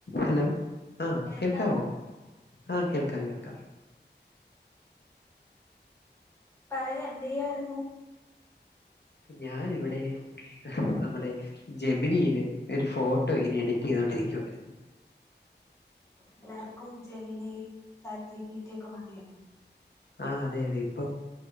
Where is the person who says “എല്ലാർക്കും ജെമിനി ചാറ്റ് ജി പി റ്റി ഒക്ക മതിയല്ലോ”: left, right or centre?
Left